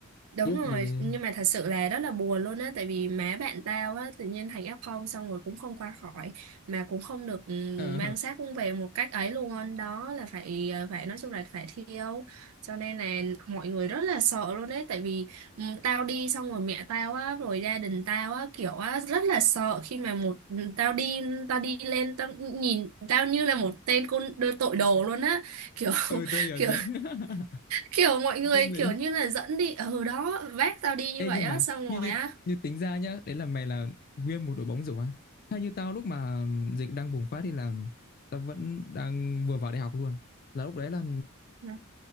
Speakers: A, on the right; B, on the left.
A: Đúng
B: Tiếp
A: rồi,
B: ghê.
A: nhưng mà thật sự là rất là buồn luôn á, tại vì má bạn tao á, tự nhiên thành F0 xong rồi cũng không qua khỏi, mà cũng không được ừm,
B: Ờ
A: mang xác cũng về một cách ấy luôn, đó là phải ờ, phải nói chung là phải thiêu, cho nên là mọi người rất là sợ luôn đấy, tại vì ừm, tao đi xong rồi mẹ tao á, rồi gia đình tao á, kiểu á, rất là sợ khi mà một ừ, tao đi, tao đi lên, tao nhìn tao như là một tên côn đồ- tội đồ luôn á, kiểu
B: ờ
A: <laughs>
B: tôi hiểu
A: kiểu
B: rồi. <laughs>
A: kiểu mọi người
B: Dưng lại
A: kiểu như là dẫn đi ở đó vác tao đi như
B: Ê
A: vậy
B: nhưng
A: á
B: mà
A: xong
B: như
A: rồi
B: như
A: á
B: như tính ra nhá, đấy là mày là nguyên một đội bóng rổ á. Hay như tao lúc mà dịch đang bùng phát đi là tao vẫn đang vừa vào đại học luôn. Là lúc đấy là
A: ừ